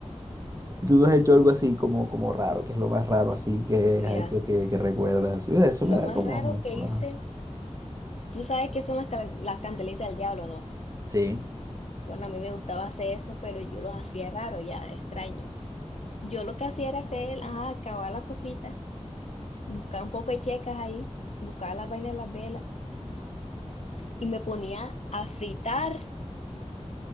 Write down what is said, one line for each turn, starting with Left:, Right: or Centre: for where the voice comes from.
Right: Tú no has hecho algo así como, como raro, que es lo más raro así que
Left: Mira,
Right: has hecho que, que recuerdas así. O sea, Eso
Left: lo
Right: me da
Left: más
Right: como...
Left: raro que
Right: ah,
Left: hice, tú sabes que son las, cal- las candelitas del diablo, ¿no?
Right: Sí.
Left: Bueno, a mí me gustaba hacer eso, pero yo los hacía raro, ya extraño. Yo lo que hacía era hacer, ajá, acabar las cositas, buscar un poco de checas ahí, buscar las vainas de las velas y me ponía a fritar,